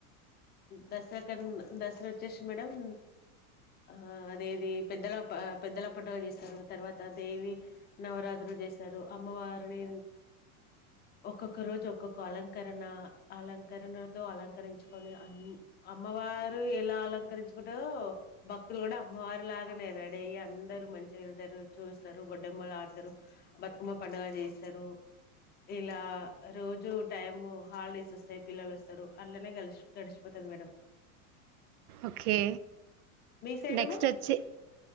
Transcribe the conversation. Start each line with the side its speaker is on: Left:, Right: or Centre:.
Left: దసరా క దసరా వచ్చేసి మేడమ్ ఆ అదే అదే పెద్దల పెద్దల పండుగ చేస్తారు తర్వాత దేవి నవరాత్రు చేశారు అమ్మవారిని ఒక్కొక్క రోజు ఒక్కొక్క అలంకరణ అలంకరణతో అలంకరించు కుని అమ్మవారు ఎలా అలంకరించుకుంటారో భక్తులు కూడా అమ్మవారు లాగానేడయ్య అందరు మంచిగా వెళ్తారు చూస్తారు బొడ్డెమ్మలు ఆడుతారు బతుకమ్మ పండుగ చేస్తారు ఇలా రోజు టైం హాలిడేస్ వస్తాయి పిల్లలు వస్తారు అల్లనే కలిశి గడిచిపోతది మేడం
Right: ఓకే
Left: మీ సైడ్
Right: నెక్స్ట్
Left: ఏమో
Right: వచ్చి